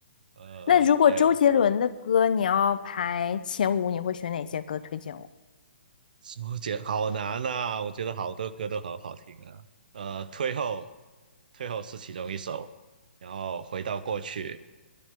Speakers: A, on the right; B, on the left.
A: <laughs> 呃，
B: 那如果周杰伦的歌你要排前五，
A: 还有
B: 你会选哪些歌推荐我？
A: 周杰好难呐，我觉得好多歌都很好听啊，呃，退后，退后是其中一首，然后回到过去。